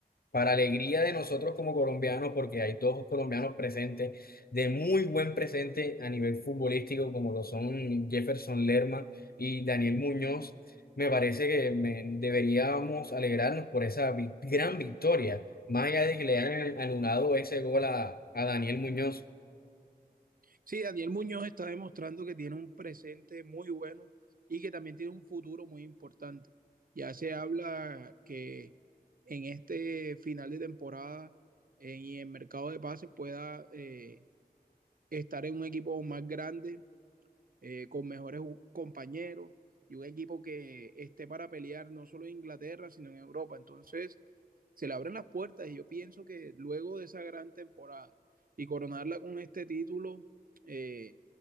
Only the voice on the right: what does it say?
Sí, Daniel Muñoz está demostrando que tiene un presente muy bueno y que también tiene un futuro muy importante. Ya se habla que en este final de temporada eh, y en mercado de pases pueda eh, estar en un equipo más grande eh, con mejores compañeros y un equipo que esté para pelear no solo en Inglaterra, sino en Europa. Entonces, se le abren las puertas y yo pienso que luego de esa gran temporada y coronarla con este título, eh,